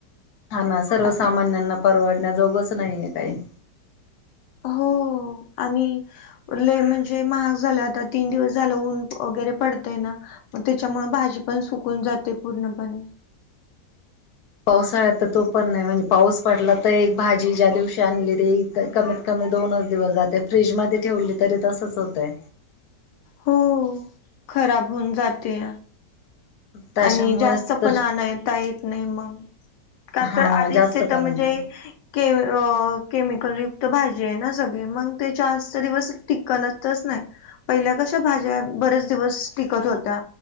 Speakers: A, on the left; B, on the left.
A: हा ना सर्वसामान्यांना
B: आता
A: परवडण्याजोगच नाहीये काही.
B: हो आणि, लै म्हणजे महाग झालं आता, तीन दिवस झालं ऊन वगैरे पडतंय ना. मग तेच्यामुळे भाजी पण सुकून जाते पूर्णपणे.
A: पावसाळ्यात तर तो पण नाही. म्हणजे पाऊस पडला तर, एक भाजी ज्या दिवशी आणली री. कमीत कमी दोनच दिवस जाते, फ्रीजमध्ये ठेवली तरी तसच होतंय.
B: हो. खराब होऊन जात्या.
A: त्याच्यामुळेच
B: आणि जास्तं
A: तर
B: पण, आणता येत नाही मग. का
A: हा
B: तर आधीच
A: जास्त
B: तिथं
A: पण
B: म्हणजे,
A: होत
B: के अ केमिकल युक्त भाजी आहे ना, सगळी मग ते जास्तं दिवस टिकतच नाही. पहिल्या कशा भाज्या बरेच दिवस टिकत होत्या,